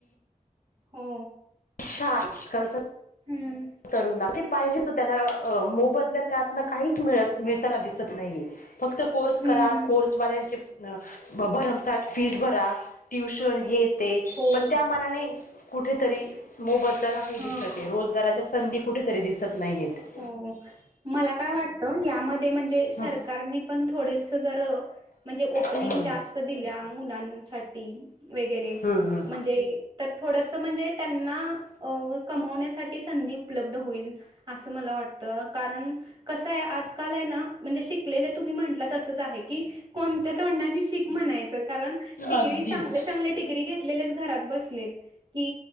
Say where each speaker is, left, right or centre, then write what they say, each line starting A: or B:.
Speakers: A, on the right; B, on the left.
A: हो
B: हां कालचं
A: हम्मं
B: करुंन पाहिजे त्यांला मोबदल्यां त्यांतून काहींचं मिळतं मिळतांना दिसतं नाहीं फक्तं कोर्स
A: हम्म
B: करां कोर्सवाल्यांचे भ्रमर साठ फीस भरां ट्युशनं
A: हो
B: हे येते
A: हो
B: पणं त्यां मानाने कुठेतरी मोबदला नाहीं
A: हां
B: दिसतं आहे रोजगारांच्या संधी कुठेतरी दिसतं नाहीयेतं
A: हो मलां कायं वाटतं यांमध्ये म्हणजे सरकारनी
B: हम्म
A: पणं थोडंसं जरं म्हणजे ओपनिंग
B: हम्म
A: जास्तं दिल्यां मुलांसाठी वेगैरें
B: हम्म हम्म.
A: म्हणजे तरं थोडंसं म्हणजे त्यांनां कमवण्यांसाठी संधी उपलब्ध होईल. असं मलां वाटतं कारणं कसं आहे आंज कालांय नां म्हणजे शिकलेले तुम्हीं म्हंटला तसंच आहे की कोणत्यां तोंडानी शीक म्हणायचं कारणं डिग्री
B: अगदीच
A: चांगल्या चांगल्या डिग्री घेतलेल्यांच- घरांत बसलेतं. कि